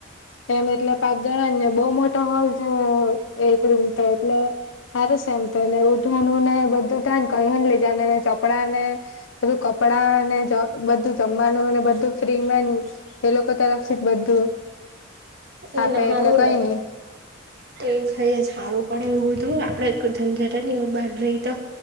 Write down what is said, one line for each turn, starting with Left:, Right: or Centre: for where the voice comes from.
Left: એમ એટલે પાંચ જણા ને બઉ મોટા હોલ જો એક રૂમ તો એટલે સારૂ છે એમ તો ને ઓઢવાનું ને બધું તન કઈ હન લઈ જવાનું ને ચપડા ને બધું કપડા ને જ બધું જમવાનું અને બધું ફ્રીમાં એ લોકો તરફથી બધું.
Right: એને
Left: આપે
Right: હારું
Left: એટલે કઈ
Right: ને
Left: નઈ
Right: તો એ જઈ હારું. પડે એવું હતું આપડે એક જનજનટ જ ની બાર રહી તો